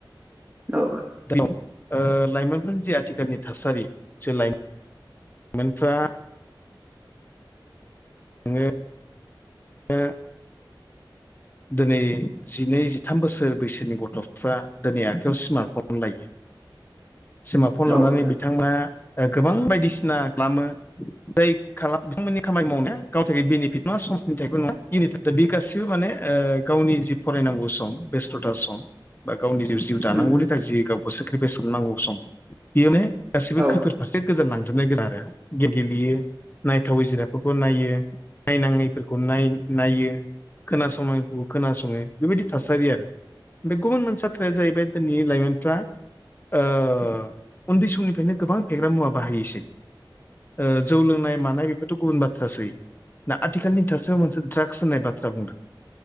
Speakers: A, on the right (about 20°); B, on the left (about 25°).
A: औ आदा।
B: ओ लाइमोनफोरनि जे आथिखालनि थासारि जे लाइमोन मोनफ्रा नोङो दा दिनै जिनै जिथाम बोसोर बैसोनि गथ'फ्रा दिनै आखायाव स्मार्ट फन लायो।
A: <inaudible>
B: सिमार्टफन लानानै
A: औ आदा
B: बिथाङा ओ गोबां बायदिसिना खालामो जाय खालाम बिथांमोननि खामानि
A: उम
B: मावनाया गावनि थाखाय बेनिफिट नङा समाजनि थाखायबो नङा इउननि थाखाय बि गासिबो माने ओ गावनि जि फरायनांगौ सम बेस्थ'था सम बा गावनि जि जिउ दानांगौनि
A: उम
B: थाखाय जि गाव सेक्रिफाइस खालामनांगौ सम बेयोनो गासिबो
A: औ
B: खैफोद फारसे गोजानलांजोबनाय <unintelligible> गोनां आरो गेलेयो नायथावै जिरा खौबो नायो नायनाङैफोरखौ नाय-नायो खोनासंनाङै उम खोनासङो बेबायदि थासारि आरो बे गुबुन मोनसे बाथ्राया जाहैबाय दिनैनि लाइमोनफ्रा ओ उन्दै समनिफ्रायनो गोबां फेग्रा मुवा बाहायोसै। ओ जौ लोंनाय मानाय बेफोरथ' गुबुन बाथ्रासै दा आथिखालनि थासोआव मोनसे ड्राक्स होननाय बाथ्रा बुंदों